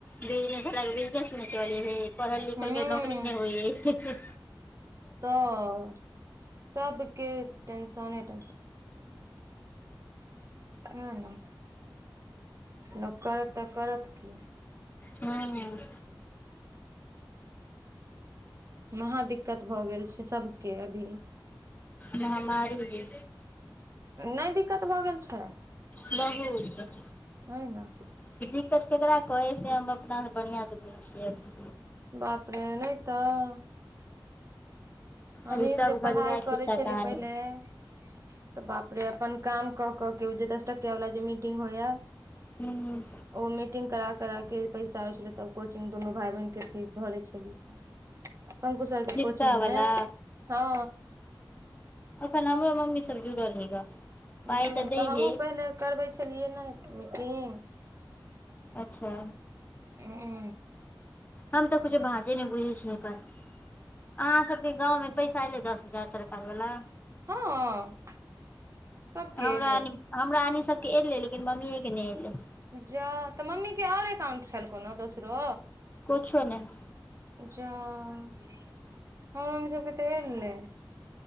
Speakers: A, on the left; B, on the right.
A: बिजनेस वला के बिजनेस नै चले है, पढ़ल लिखल
B: हूं
A: के नौकरी नहि होइ है।
B: तऽ, सबके टेनशने टेनशन। हुं हुं, लोक करत तऽ करत की।
A: हूँ।
B: महा दिक्कत भऽ गेल छै सबके अभी।
A: महामार के।
B: नइ दिक्कत भऽ गेल छै।
A: बहुत।
B: वही ना।
A: दिक्कत केकरा कहै है से हम अपना बढ़िआँ से बुझै छियै अभी।
B: बाप रे नहि तऽ। हमहीँ
A: अभी सब
B: जे
A: घर
B: पढ़ाइ
A: इएह
B: करै
A: खिस्सा
B: छलि
A: कहानी
B: पहिले तऽ बाप रे अपन काम कऽ क के जे दस टकिया वाला जे मीटिंग होइया।
A: हूँ।
B: ओ मीटिंग करा-करा के पैसा होइ छलै तऽ कोचिंग दुनू भाई बहिनके फीस भरैत छली। पंकु सर के
A: जीविका
B: कोचिंग मे,
A: वला
B: हँ।
A: अखन हमरो मम्मी सब जुड़ल है गऽ। पाइ
B: हुं
A: दै
B: तऽ हमहूँ
A: हे
B: पहिले करबै छलियै ने मीटिंग।
A: अच्छा।
B: उम्म।
A: हम तऽ किछौ भांजे नहि बुझय छियई एकर आहाँ सब गांव में पैसा एलै दस हजार सरकार वाला।
B: हँ। सबके
A: हमरा
B: एलै
A: एनी हमरा एनी सबके एलै लेकिन मम्मीये के नइ एलै।
B: जाउ तऽ मम्मी के आर एकाउंट छल कोनो दोसर?
A: किछो नहि।
B: जा हमर मम्मी सब के तऽ एलै।